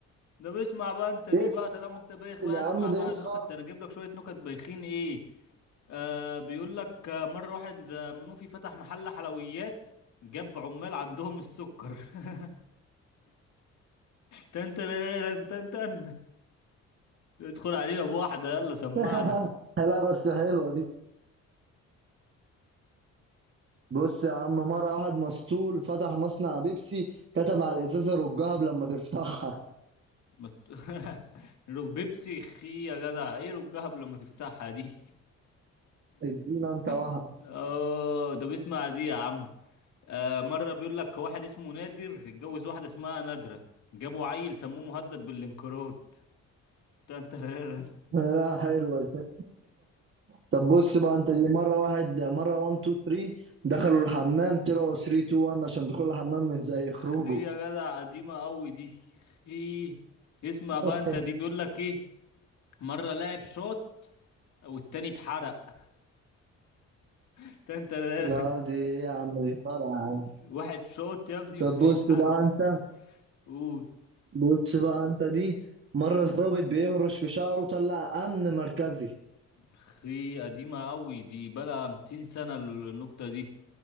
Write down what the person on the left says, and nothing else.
ده بيسمع بقى
انت دي
بقى
طالما انت بايخ بقى
اسمع
بقى
النكت ده انا اجيب لك شوية نكت بايخين ايه؟ آه بيقول لك آه، مرة واحد آه، منوفي فتح محل حلويات جاب عمال عندهم السكر <laughs> تن تن تن تن <laughs> تن. ادخل علينا بواحدة يلا سمعنا
مست... <laughs> رو- بيبسي خي يا جدع ايه رجها قبل ما تفتحها دي
<laughs> اه ده بيسمع دي يا عم آه مرة بيقول لك واحد اسمه نادر اتجوز واحدة اسمها نادرة جابوا عيل سموه مهدد بالانقراض تنترارن <laughs>
خي يا جدع قديمة قوي دي خي اسمع بقى
انت دي بيقول لك ايه مرة لاعب شوت والتاني اتحرق <laughs> تنترارن
واحد شوت يا ابني
والتاني
اتحرق
<laughs> قول
اخي قديمة قوي دي بلا 200 سنة النكتة دي